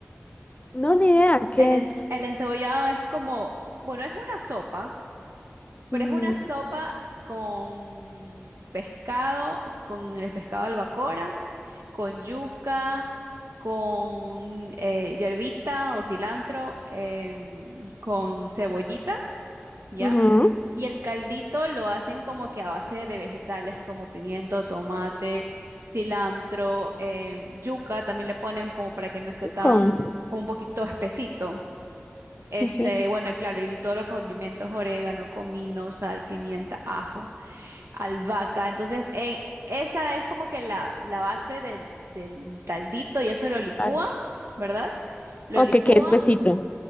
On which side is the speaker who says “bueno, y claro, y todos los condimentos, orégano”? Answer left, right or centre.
Right